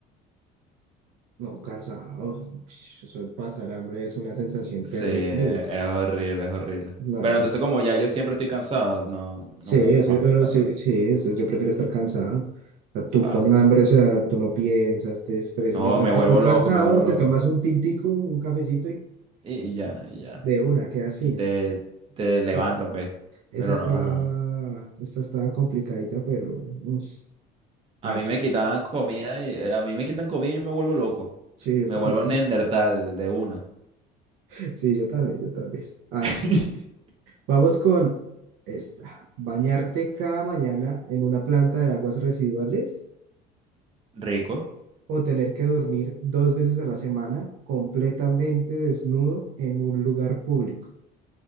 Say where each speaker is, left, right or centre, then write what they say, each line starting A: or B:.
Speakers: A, on the right (about 75°); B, on the right (about 25°).
A: no, cansado. Ush, Eso de pasar hambre es una sensación
B: Sí,
A: terrible.
B: es horrible, es horrible.
A: No,
B: Pero entonces como ya yo siempre estoy cansado, no,
A: Sí,
B: no me, no
A: así-
B: me afecta,
A: bueno, sí,
B: pues.
A: sí, eso es- yo prefiero estar cansado. O sea, tú
B: Claro.
A: con hambre, o sea, tú no piensas, te estresas,
B: No,
A: mientras
B: me
A: que
B: vuelvo
A: tú cansado
B: loco, me vuelvo
A: te
B: loco.
A: tomas un tintico, un cafecito y
B: Y ya, y ya.
A: de una, quedas
B: Y
A: fino.
B: te, te levantas,
A: Sí.
B: pues.
A: Esa
B: Pero
A: está,
B: no, no.
A: esta está complicadita, pero... mm,
B: A
A: A
B: mí
A: ver,
B: me quitaban comida y eh, a mí me quitan comida y yo me vuelvo loco.
A: sí, yo
B: Me
A: también.
B: vuelvo Neandertal de una.
A: <laughs> Sí, yo también, yo también. A
B: <laughs>
A: ver, vamos con esta. Bañarte cada mañana en una planta de aguas residuales
B: Rico.
A: o tener que dormir dos veces a la semana completamente desnudo en un lugar público.